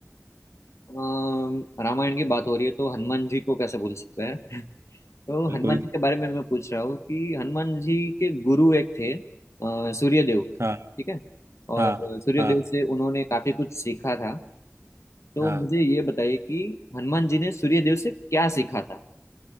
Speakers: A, on the left (about 70°); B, on the right (about 65°).
A: अम, रामायण की बात हो रही है तो हनुमान जी को कैसे भूल सकते हैं <laughs> तो
B: बिल्कुल
A: हनुमान जी के बारे में मैं पूछ रहा हूँ कि हनुमान जी के गुरु एक थे अ, सूर्यदेव
B: हाँ
A: ठीक है और
B: हाँ
A: सूर्यदेव
B: हाँ
A: से उन्होंने काफी कुछ सीखा था तो
B: हाँ
A: मुझे ये बताइए कि हनुमान जी ने सूर्यदेव से क्या सीखा था